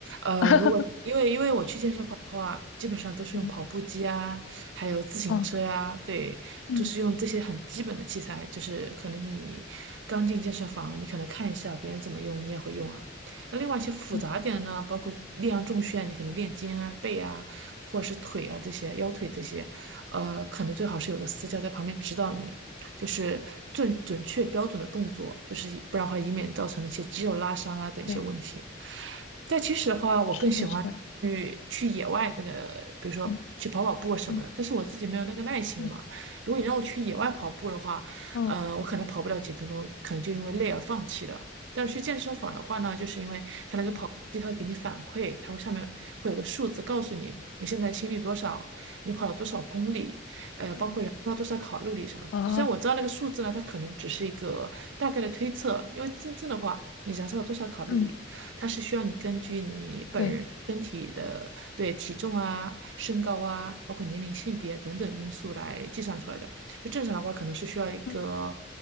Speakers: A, on the right; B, on the left.
A: 呃，
B: 嗯
A: 如果因为因为我去健身房的话，基本上都是用跑步机啊，
B: 嗯
A: 还有自行车呀、
B: 哦
A: 对，
B: 嗯
A: 就是用这些很基本的器材。就是可能你刚进健身房，你可能看一下别人怎么用，你也会用啊。但另外一些复杂点呢，
B: 嗯，
A: 包括力量重训啊，你可能练肩啊、背啊，或者是腿啊这些、腰腿这些，呃，可能最好是有个私教在旁边指导你。就是最准确标准的动作，就是不然的话，以免造成的一些肌肉拉伤啊等一些问题。
B: 对，
A: 但其实的话，我更喜欢去去野外那个，
B: 是的，是的，
A: 比如说去跑跑步什么的。
B: 嗯嗯
A: 但是我自己没有那个耐心嘛。
B: 嗯
A: 如果你让我去野外跑步的话，
B: 哦。
A: 呃，我可能跑不了几分钟，可能就因为累而放弃了。但是去健身房的话呢，就是因为它那个跑步机它会给你反馈，
B: 嗯
A: 它会上面会有个数字告诉你你现在心率多少，你跑了多少公里，呃，
B: 嗯
A: 包括燃烧多少卡路里什么的。
B: 哦，
A: 虽然我知道那个数字呢，它可能只是一个大概的推测，因为真正的话，你燃烧了多少卡路里，
B: 嗯，
A: 它是需要你根据你本人身体的对体重啊、
B: 对，
A: 身高啊，包括年龄、性别等等因素来计算出来的。就正常的话，可能是需要一个
B: 嗯